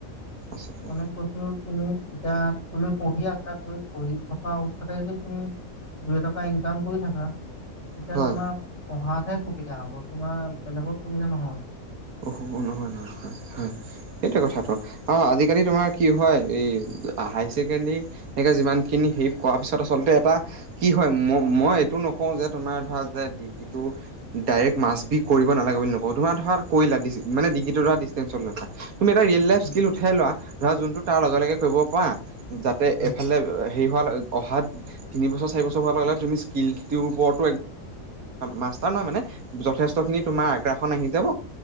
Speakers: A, on the right (about 75°); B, on the left (about 50°).
A: আচলতে
B: অনেক বসু তুমি এতিয়া তুমি পঢ়ি আছা তুমি পঢ়ি থকা অৱস্থাতে যদি তুমি দুই এটকা ইনকাম কৰি থাকা এতিয়া
A: হয়
B: তোমাৰ পঢ়া সুবিধা হ'ব তোমাৰ বেলেগত সুবিধা নহয়
A: অ নহয় নহয় হয় সেইটো। কথাটো অ আজিকালি তোমাৰ কি হয় এই হাই ছেকেণ্ডৰীকে যিমানখিনি হে কৰ পিছত আচলতে এটা কি হয় ম মই এইটো নকওঁ যে তোমাৰ ধৰা যে ডিগ্ৰীটো ডাইৰেক্ট মাছ বি কৰিব নালাগে বুলি নকওঁ তোমাৰ ধৰা কৰিলা মানে ডিগ্ৰীেটো ধৰা ডিচটেন্সট লৈছা তুমি এটা ৰিয়েল লাইফ
B: উম,
A: স্কিল উঠাই লোৱা ধৰা যোনটো তাৰ লগে লগে কৰিব পৰা । যাতে
B: উম,
A: এফালে হেৰি হোৱা অহাত তিনিবছৰ চাৰি বছৰ হ তুমি স্কিল টোৰ ওপৰত মা নহয় মানে যথেষ্ট খিনি তোমাৰ আগ্ৰাসন আহি যাব